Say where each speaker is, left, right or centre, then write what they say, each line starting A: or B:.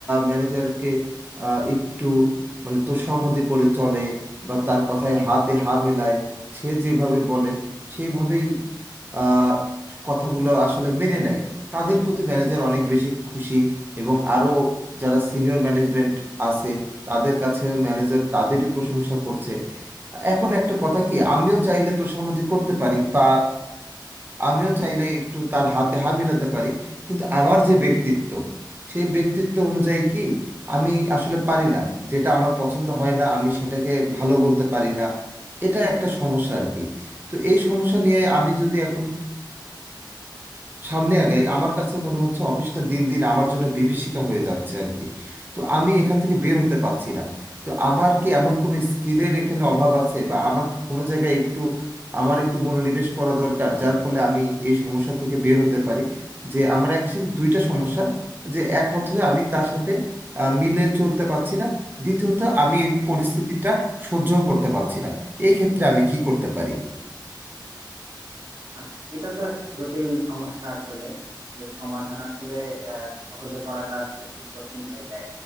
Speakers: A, on the right; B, on the right.
A: ম্যানেজারকে একটু মানে তোষামোদী করে চলে বা তার কথায় হাতে হা মেলায় সে যেভাবে বলে সেইভাবেই আহ, কথাগুলো আসলে মেনে নেয় তাদের প্রতি ম্যানেজার অনেক বেশি খুশি এবং আরও যারা সিনিয়র ম্যানেজমেন্ট আছে তাদের কাছে ম্যানেজার তাদেরই প্রশংসা করছে এখন একটা কথা কি আমিও চাইলে তোষামোদী করতে পারি বা আমিও চাইলে একটু তার হাতে হাত মেলাতে পারি কিন্তু আমার যে ব্যক্তিত্ব সেই ব্যক্তিত্ব অনুযায়ী কি আমি আসলে পারি না যেটা আমার পছন্দ হয় না আমি সেটাকে ভালো বলতে পারি না এটা একটা সমস্যা আর কি তো এই সমস্যা নিয়ে আমি যদি এখন সামনে আগাই আমার কাছে মনে হচ্ছে অফিসটা দিন দিন আমার জন্য বিভীষিকা হয়ে যাচ্ছে আর কি তো আমি এখান থেকে বের হতে পারছি না তো আমার কি এমন কোনো স্কিলের এখানে অভাব আছে বা আমার কি কোনো জায়গায় একটু আমার একটু মনোনিবেশ করা দরকার যার ফলে আমি এই সমস্যা থেকে বের হতে পারি যে আমার অ্যাকচুয়ালি দুইটা সমস্যা যে এক হচ্ছে আমি তার সাথে আহ, মিলে চলতে পারছি না দ্বিতীয়ত আমি এই পরিস্থিতিটা সহ্য করতে পারছি না এই ক্ষেত্রে আমি কি করতে পারি
B: আচ্ছা এটা তো আস- জটিল সমস্যা আসলে এর সমাধান আসলে আহ, সহজে করাটা আসলে খুব কঠিন হয়ে যায়